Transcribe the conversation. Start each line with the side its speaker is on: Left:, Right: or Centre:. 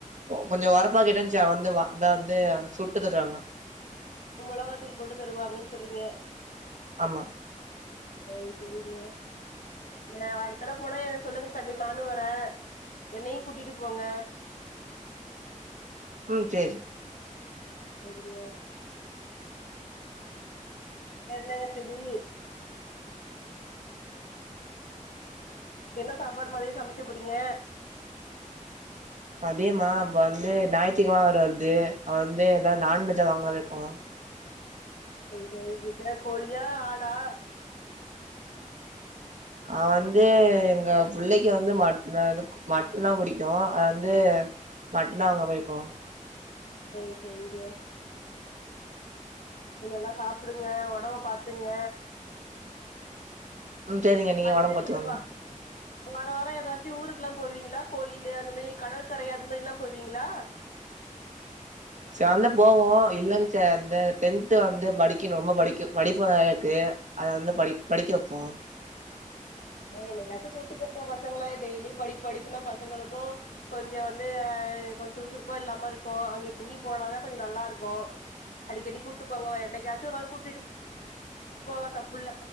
Right: கொஞ்சோ ஒரப்பா கேட்டேன்ச்சு வந்து வ அத வந்து சுட்டு தருவாங்க
Left: இப்ப மொளகாத்துள் போட்டு தருவாங்கன் சொல்றீங்க
Right: ஆமா
Left: சேரி செரிங்க ஏ அடுத்தடவ போனா என்டா சொல்லுங்க கண்டிப்பா நானு வரே என்னயு கூட்டிட்டு போங்க
Right: ம் சேரி
Left: செரிங்க வேர்இன்னங்க செதீ என்ன சாப்பாடு மதிய சமைக்க போறீங்க
Right: மதியமா வந்து ஞாய்த்திகிழம வேற வர்து அவ வந்து ஏதாது நான்வெஜ்ஜா வாங்ளான் இர்க்கோங்க
Left: செரி சேரி பிஜ கோழியா ஆடா
Right: அவ வந்து எங்க புள்ளைக்கு வந்து மட்னாது கோ மட்னா புடிக்கு அத் வந்து மட்னா கா பிடிக்கு
Left: சேர் செரிங்க செர் நல்லா சாப்பிடுங்க உடம்ப பாத்துங்க
Right: ம் சரிங்க நீங்க
Left: அடிக்கடி
Right: ஒடம்பு பாத்துக்கோங்க
Left: இதுவா வார வார ஏதாச்சு ஊருக்குலா போவீங்ளா கோயிலு அந்த மேர் கடற்கரை அது மேரிலா போவீங்ளா
Right: சேர்ந்து போவோ இல்லென் செர் அந்த டென்து வந்து படிக்கிணு ரொம்ப படிக்கு படிப்ப தறையக்கு அத வந்து படி படிக்க வெப்போ
Left: ஏ என்னைக்காச்சு கூப்ட்டு போவு பசங்ளை டெய்லியு படிப்பு படிப்புனா பசங்களுக்கு கொஞ்சோ வந்து அ, கொஞ்சோ சுறுசுறுப்பா இல்லாம இருக்கும். அங்க இங்கயும் போனாதா கொஞ்சோ நல்லா இருக்கும். அடிக்கடி கூப்ட்டு போங்கோ என்னைகாச்சும் ஒரு நாள் கூட்டிட்டு போலாம் தப்பு இல்ல